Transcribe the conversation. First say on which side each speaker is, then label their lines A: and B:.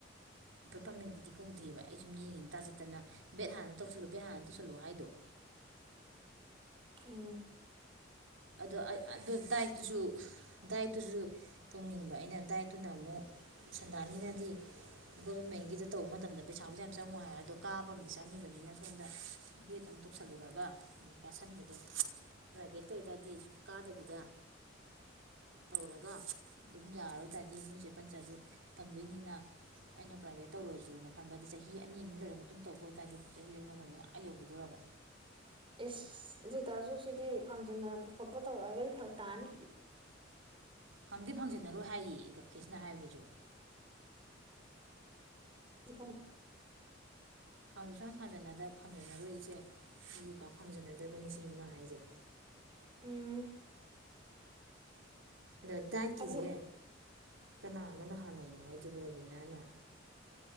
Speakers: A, on the right; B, on the right.
A: <unintelligible> ꯕꯦꯠ ꯍꯥꯟꯅ ꯇꯧꯁꯜꯂꯨ ꯕꯦꯠ ꯍꯥꯟꯅ ꯇꯧꯁꯜꯂꯨ ꯍꯥꯏꯗꯣ
B: ꯎꯝ
A: ꯑꯗꯣ ꯑꯩ ꯑꯗꯨ ꯗꯥꯏꯠꯇꯨꯖꯨ ꯗꯥꯏꯠꯇꯨꯖꯨ ꯇꯧꯅꯤꯡꯕ ꯑꯩꯅ ꯗꯥꯏꯠꯇꯨꯅ ꯑꯃꯨꯛ ꯁꯟꯗꯥꯅꯤꯅꯗꯤ ꯒꯣꯕꯔꯃꯦꯟ ꯒꯤꯗꯣ ꯇꯧꯕ ꯃꯇꯝꯗ ꯄꯩꯁꯥꯕꯨꯗꯤ ꯌꯥꯝ ꯆꯪꯉꯣꯏ ꯍꯥꯏ ꯑꯗꯣ ꯀꯥꯕ ꯑꯃ ꯆꯪꯉꯤꯕꯅꯤ ꯅ ꯁꯣꯟꯗ ꯕꯦꯗ ꯑꯃꯨꯛ ꯇꯧꯁꯜꯂꯨꯔꯒ ꯑꯃꯨꯛ ꯀꯥꯁꯟꯕꯗꯣ ꯄ꯭ꯔꯥꯏꯚꯦꯠ ꯑꯗꯨꯏ ꯇꯥꯗꯤ ꯀꯥꯗꯕꯤꯗ ꯇꯧꯔꯒ ꯑꯗꯨꯝ ꯌꯥꯔꯔꯣꯏ ꯇꯥꯔꯗꯤ ꯅꯣꯏꯆꯦ ꯄꯟꯆꯥꯥ꯭ꯏꯠꯁꯨ ꯇꯝꯗꯣꯏꯅꯤꯅ ꯑꯩꯅ ꯄ꯭ꯔꯥꯏꯚꯦꯠ ꯇꯧꯔꯖꯨꯅ ꯈꯟꯕꯗꯤ ꯆꯍꯤ ꯑꯅꯤꯃꯨꯛ ꯂꯩꯔꯕ ꯃꯇꯨꯡ ꯇꯧꯕ ꯑꯣꯏꯇꯥꯥꯔꯗꯤ ꯆꯍꯤꯗ ꯑꯩꯉꯣꯟꯗ ꯑꯃꯨꯛ ꯑꯥ ꯌꯧꯒꯤꯗꯣꯔꯕ
B: ꯏꯁꯁ ꯑꯗꯨꯇꯥꯔꯖꯨ ꯁꯤꯗꯤ ꯐꯪꯖꯟꯅ ꯈꯣꯠꯄ ꯇꯧꯔꯛꯑꯒꯗꯤ ꯐꯔꯛ ꯇꯥꯅꯤ
A: ꯐꯪꯗꯤ ꯐꯪꯖꯟꯅꯔꯣꯏ ꯍꯥꯏꯌꯦ ꯔꯥꯀꯦꯁꯅ ꯍꯥꯏꯕꯗꯨꯁꯨ
B: ꯑꯣ
A: ꯐꯥꯡꯗꯤ ꯁꯨꯡꯐꯥꯡ ꯐꯥꯡꯖꯤꯟꯅꯗ ꯐꯥꯡꯖꯤꯟꯅꯔꯣꯏ ꯄꯥꯛ ꯐꯪꯖꯟꯅꯗꯕꯅꯤ ꯁꯤꯅꯦꯃꯥ ꯍꯥꯏꯁꯦ
B: ꯎꯝ
A: ꯗꯥꯏꯗꯀꯤꯖꯦ
B: ꯑꯗꯨ
A: ꯀꯅꯥꯅꯣꯅꯍꯥꯟꯅꯣꯡꯃꯣ ꯍꯥꯏꯗꯨꯕꯨ ꯔꯣꯕꯤꯅꯥꯅ